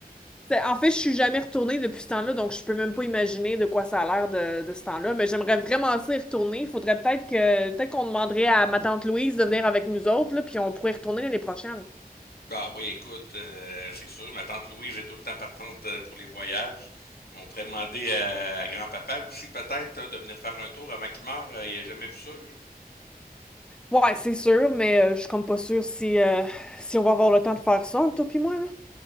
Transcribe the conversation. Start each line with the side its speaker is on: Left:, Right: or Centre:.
Centre: C'est- En fait, je suis jamais retournée depuis ce temps-là, donc je peux même pas imaginer de quoi ça a l'air de, de ce temps-là, mais j'aimerais vraiment s'y retourner. Il faudrait peut-être que, peut-être qu'on demanderait à ma tante Louise de venir avec nous autres, là, puis on pourrait y retourner l'année prochaine.
Left: Ah oui, écoute, euh, c'est sûr, ma tante Louise est tout le temps partante euh, pour les voyages. Mais on pourrait demander à, à grand-papa aussi peut-être euh, de venir faire un tour avant qu'il meure. Euh, il a jamais vu ça, lui.
Centre: Ouais, c'est sûr, mais euh, je suis comme pas sûre si, euh, si on va avoir le temps de faire ça, entre toi pis moi, là.